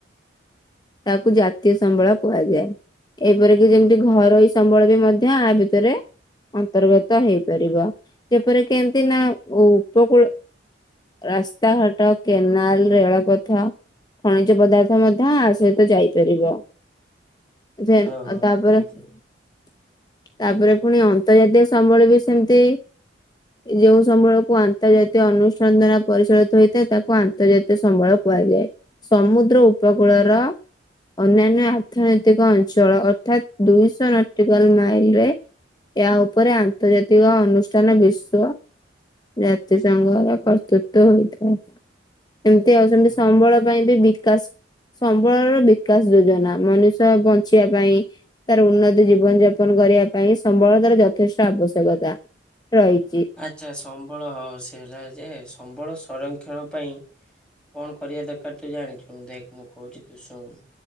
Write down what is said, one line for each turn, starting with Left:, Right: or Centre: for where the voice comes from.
Left: ତାକୁ ଜାତୀୟ ସମ୍ବଳ କୁହାଯାଏ। ଏପରିକିି ଯେମିତି ଘରୋଇ ସମ୍ବଳ ବି ମଧ୍ୟ ଆ ଭିତରେ ଅନ୍ତର୍ଗତ ହେଇପାରିବ ଯେପରିକି ଏମିତି ନା ଉପକୂଳ ରାସ୍ତାଘାଟ, କେନାଲ, ରେଳପଥ। ଖଣିଜ ପଦାର୍ଥ ମଧ୍ୟ ଆ ସହିତ ଯାଇପାରିବ। ଯେନ୍
Centre: ଓହୋ
Left: ଅ ଆଉ ତାପରେ
Centre: ଏମିତି
Left: ତାପରେ
Centre: ଆଚ୍ଛା
Left: ପୁଣି ଅଁ ତର୍ ଜାତୀୟ ସମ୍ବଳ ବି ସେମିତି ଯୋଉଁ ସମ୍ବଳକୁ ଆନ୍ତର୍ଜାତୀୟ ଅନୁଷ୍ଠାନ ଦ୍ଵାରା ପରିଚାଳିତ ହେଇଥାଏ ତାକୁ ଆନ୍ତର୍ଜାତୀୟ ସମ୍ବଳ କୁହାଯାଏ। ସମୁଦ୍ର ଉପକୂଳର ଅନ୍ୟାନ୍ୟ ଆର୍ଥନୈତିକ ଅଞ୍ଚଳ ଅର୍ଥାତ୍ ଦୁଇଶହ ନଟିକାଲ ମାଇଲରେ ଏହା ଉପରେ ଆନ୍ତର୍ଜାତିକ ଅନୁଷ୍ଠାନ ବିଷ୍ ଶ୍ଵ ଜାତି ସଂଘର କର୍ତ୍ତୃତ୍ୟ ହୋଇଥାଏ। ଏମତି ଆଛନ୍ତି
Centre: ଓହୋ
Left: ସମ୍ବଳ ପାଇଁ ବି ବିକାଶ ସମ୍ବଳର ବିକାଶ ଯୋଜନା ମନୁଷ୍ୟ ବଞ୍ଚିବା ପାଇଁ। ତାର ଉନ୍ନତି ଜୀବନ ଯାପନ କରିବା ପାଇଁ ସମ୍ବଳତାର ଯଥେଷ୍ଟ ଆବଶ୍ୟକତା ରହିଛି।
Centre: ଆଚ୍ଛା। ଆଚ୍ଛା ସମ୍ବଳ ହଉ ସେ ହେଲା ଯେ ସମ୍ବଳ ସଂରକ୍ଷଣ ପାଇଁ କଣ କରିବା ଦର କାର ତୁ ଜାଣିଛୁ ଦେକ ମୁ କହୁଛି ତୁ ଶୁଣ।